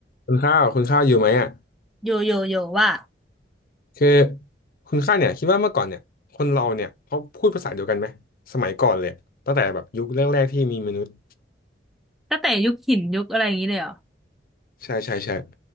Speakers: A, on the left (about 50°); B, in the centre.
A: คุณข้าวคุณข้าวอยู่ไหมอ่ะ
B: โยโยโยว่า
A: คือคุณข้าวเนี่ยคิดว่าเมื่อก่อนเนี่ยคนเราเนี่ยเขาพูดภาษาเดียวกันไหมสมัยก่อนเลยอะตั้งแต่แบบยุคแรกๆที่มีมนุษย์
B: ตั้งแต่ยุคหินยุคอะไรอย่างนี้เลยเหรอ
A: ใช่ใช่ใช่